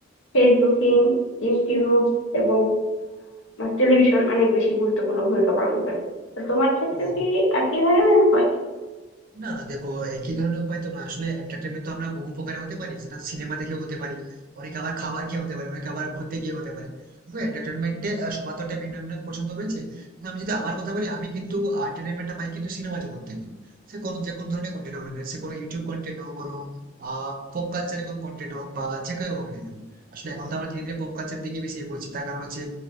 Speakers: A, on the left; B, on the right.
A: ফেসবুকিং ইউটিউব এবং টেলিভিশন অনেক বেশি গুরুত্বপূর্ণ ভূমিকা পালন করে তো তোমার ক্ষেত্রে
B: ও
A: কি একই ধরনের হয়
B: না না দেখো একই ধরনের উপায় তো না আসলে এন্টারটেনমেন্ট তো আমরা বহু প্রকারে হতে পারি সেটা সিনেমা দেখেও হতে পারি অনেকে আবার খাবার খেয়ে হতে পারে অনেকে আবার ঘুরতে গিয়ে হতে পারে তো এন্টারটেনমেন্টে সবার তো একটা ভিন্ন ভিন্ন পছন্দ রয়েছে কিন্তু আমি যদি আমার কথা বলি আমি কিন্তু এন্টারটেনমেন্টটা পাই কিন্তু সিনেমা জগৎ থেকে সে কোনো যে কোনো ধরনের কন্টেন্ট হোক না কেন, সে কোনো ইউটিউব কন্টেন্ট হোক কোনো আহ পপ কালচারের কোনো কন্টেন্ট হোক বা যে কেউ হোক না কেন আসলে এখন তো আমরা ধীরে ধীরে পপ কালচার দিকে বেশি এগোচ্ছি তার কারণ হচ্ছে